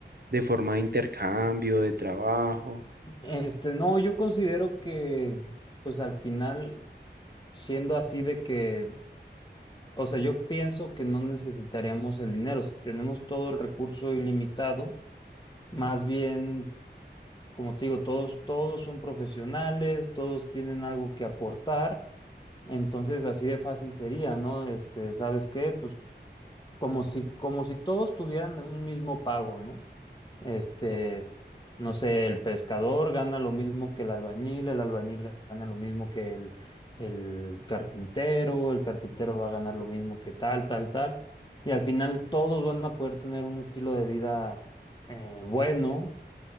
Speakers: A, on the right; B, on the left.
A: de forma de intercambio, de trabajo?
B: Este, no, yo considero que, pues al final, siendo así de que, o sea, yo pienso que no necesitaríamos el dinero, si tenemos todo el recurso ilimitado, más bien, como te digo, todos, todos son profesionales, todos tienen algo que aportar, entonces así de fácil sería, ¿no? Este, ¿sabes qué? Pues como si, como si todos tuvieran un mismo pago, ¿no? Este, no sé, el pescador gana lo mismo que el albañil, el albañil gana lo mismo que el, el carpintero, el carpintero va a ganar lo mismo que tal, tal, tal, y al final todos van a poder tener un estilo de vida eh, bueno,